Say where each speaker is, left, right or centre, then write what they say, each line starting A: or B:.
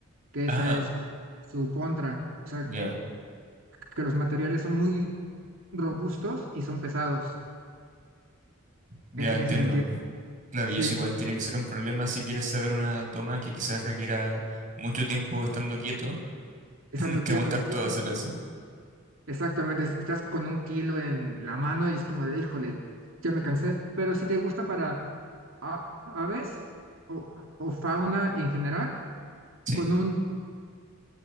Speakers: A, on the right; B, on the right.
A: que esa
B: Ah,
A: es su contra. O sea,
B: Ya,
A: que los materiales son muy robustos y son pesados
B: ya
A: en, en
B: entiendo.
A: ese sentido.
B: Claro,
A: Sí,
B: y eso igual tiene que ser un problema si quieres sacar una toma que quizás requiera mucho tiempo estando quieto, <laughs>
A: estando
B: tener que
A: quietos,
B: aguantar todo
A: sí,
B: ese peso.
A: exactamente. es- Estás con un kilo en la mano y es como de, híjole, ya me cansé. Pero si te gusta para a- aves o, o fauna en general,
B: Sí.
A: con un,